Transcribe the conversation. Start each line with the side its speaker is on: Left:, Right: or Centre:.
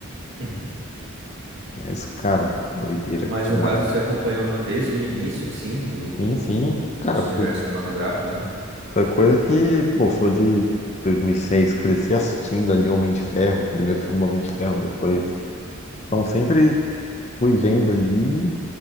Right: <laughs>
Left: Mas, cara, doideira
Right: Mas
Left: demais.
Right: no caso, você acompanhou desde o início, assim, o...
Left: Enfim, cara,
Right: esse
Left: foi,
Right: universo cinematográfico, né?
Left: foi coisa que, pô, sou de dois mil e seis cresci assistindo ali Homem de Ferro, o primeiro filme do Homem de Ferro, depois. Então, sempre fui vendo ali.